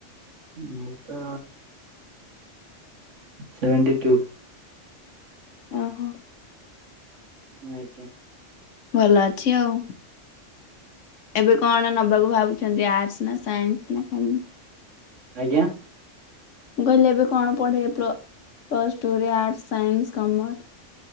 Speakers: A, on the right; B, on the left.
A: ମୁଁ ତ ସେଭେଣ୍ଟି ଟୁ।
B: ଅହ।
A: ଆଜ୍ଞା।
B: ଭଲ ଅଛି ଆଉ। ଏବେ କଣ ନବାକୁ ଭାବୁଛନ୍ତି ଆର୍ଟସ୍? ନା ସାଇନ୍ସ ନା କନ?
A: ଆଜ୍ଞା?
B: ମୁଁ କହିଲି ଏବେ କଣ ପଢ଼ିବେ ପ୍ଲ-ପ୍ଲସ୍ ଟୁରେ ଆର୍ଟସ, ସାଇନ୍ସ, କମର୍।